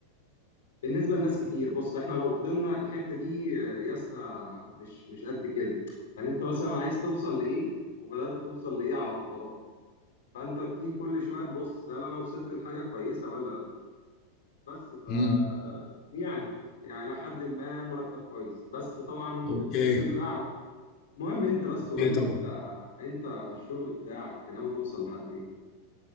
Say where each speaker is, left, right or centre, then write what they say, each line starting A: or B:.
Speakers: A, on the left (about 60°); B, on the left (about 40°).
A: بالنسبه لناس كتير بص احنا لو فضلنا الحته دي آه، قياسها مش مش قد كده يعني انت مثلا عايز توصل لايه وبدات توصل لايه على فترات فانت تيجي كل شويه تبص هل انا وصلت لحاجه كويسه ولا لا بس ف
B: امم
A: يعني يعني لحد ما مرتب كويس بس طبعا
B: اوكي
A: بتبص للاعلى المهم انت بس
B: اوكي
A: قول
B: طبعا
A: لي انت انت في الشغل بتاعك ناوي توصل لحد ايه